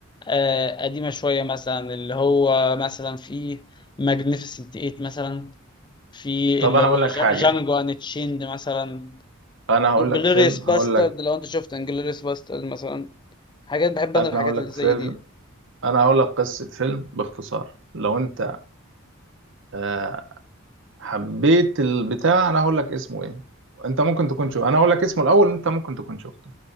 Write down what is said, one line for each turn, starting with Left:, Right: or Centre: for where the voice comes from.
Left: آه قديمه شويه مثلا اللي هو مثلا في ماجنيفيسنت 8 مثلا في
Right: طب
Left: اللي
Right: انا
Left: هو
Right: هقول لك
Left: جا-
Right: حاجه
Left: جانجو ان تشيند مثلا
Right: انا هقول
Left: انجلوريوس
Right: لك فيلم
Left: باسترد
Right: هقول لك
Left: لو انت شفت انجلوريوس باسترد مثلا حاجات بحب
Right: انا
Left: انا الحاجات
Right: هقول لك
Left: اللي زي
Right: فيلم
Left: دي
Right: انا هقول لك قصه فيلم باختصار لو انت آه، حبيت البتاع انا هقول لك اسمه ايه انت ممكن تكون شو انا هقول لك اسمه الاول انت ممكن تكون شفته